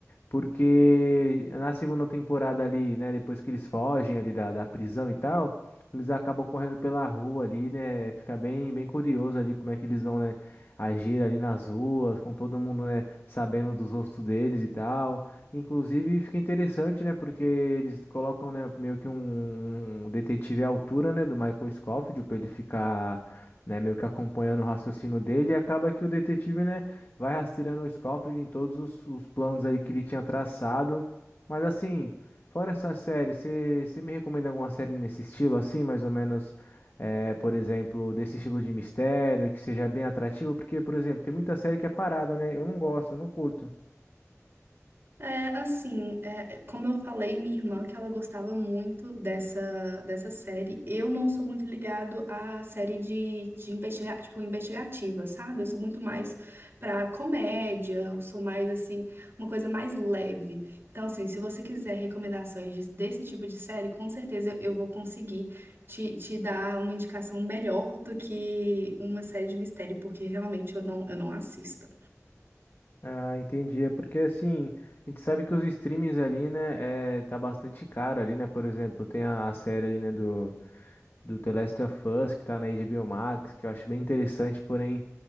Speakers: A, on the left (about 45°); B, on the right (about 45°).
A: porque na segunda temporada ali, né, depois que eles fogem ali da, da prisão e tal, eles acabam correndo pela rua ali, né, fica bem, bem curioso ali como é que eles vão, né, agir ali nas ruas, com todo mundo, né, sabendo dos rostos deles e tal. Inclusive fica interessante, né, porque eles colocam, né, meio que um, um detetive à altura, né, do Michael Scofield, pra ele ficar... Né, meio que acompanhando o raciocínio dele, e acaba que o detetive, né, vai rastreando o Scofield em todos os, os planos ali que ele tinha traçado. Mas assim, fora essa série, você me recomenda alguma série nesse estilo assim, mais ou menos, é, por exemplo, desse estilo de mistério, que seja bem atrativo? Porque, por exemplo, tem muita série que é parada, né? Eu não gosto, eu não curto.
B: É, assim, é, como eu falei, minha irmã, que ela gostava muito dessa, dessa série, eu não sou muito ligado à série de, de investiga tipo, investigativa, sabe? Eu sou muito mais pra comédia, eu sou mais, assim, uma coisa mais leve. Então, assim, se você quiser recomendações de- desse tipo de série, com certeza eu, eu vou conseguir te, te dar uma indicação melhor do que uma série de mistério, porque realmente eu não, eu não assisto.
A: Ah, entendi. É porque assim, a gente sabe que os streamings ali, né, é, tá bastante caro ali, né? Por exemplo, tem a, a série ali, né, do do The Last of Us, que tá na HBO Max, que eu acho bem interessante, porém,